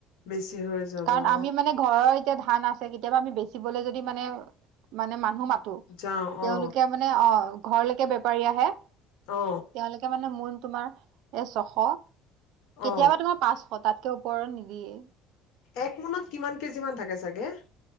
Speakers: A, on the left; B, on the right.
A: বেছি হৈ যাব
B: কাৰণ
A: অ
B: আমি মানে, ঘৰৰ এতিয়া ধান আছে কেতিয়াবা আমি বেচিবলৈ যদি মানে, মানে মানুহ মা তু,
A: যাওঁ
B: তেওঁলোকে
A: অ
B: মানে অ' ঘৰলৈকে বেপাৰী আহে তেওঁলোকে
A: অ
B: মানে মোৰ তোমাৰ এ ছশ কেতিয়াবা
A: অ
B: তোমাৰ পাঁচশ, তাত <unintelligible> ওপৰত নিদিয়ে।
A: এক মোনত কিমান কেজি মান থাকে চাগে?